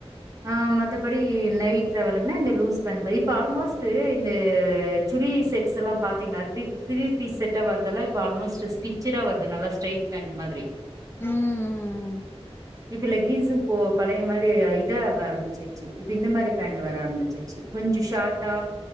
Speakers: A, on the right (about 35°); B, on the left (about 20°).
A: ஆ மத்தபடி நைட் ட்ராவல்குனா இந்த லூஸ் அது மாரி இப்ப
B: கண்
A: ஆல்மோஸ்ட் இந்த ஆ சுரி செட்ஸ்ல்லா பாத்தீன்னா த்ரி திரீ பீஸ் செட் வருதெல்லா இப்ப ஆல்மோஸ்ட் ஸ்டிச் ஸ்ட்ரைட்டா வருது நல்ல ஸ்ட்ரைட்பேன்ட் மாரி
B: ம் ம் ம்
A: இப்ப லெக்கின்ஸும் போ பழைய மாரி இத ஆக ஆரம்பிச்சிருச்சு இப்ப இந்த மாதிரி பேண்ட் வர ஆரம்பிச்சிருச்சு கொஞ்சோ ஷார்ட்டா